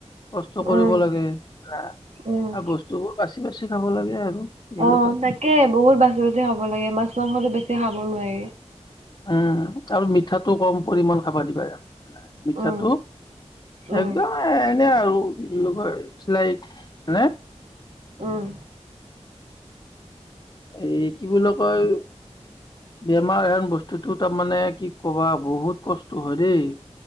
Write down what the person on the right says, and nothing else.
উম
উম
অ তাকে বহুত বাচি বাচি খাব লাগে মাছ মাংসতো বেছি খাব নোৱাৰি।
উম উম
উম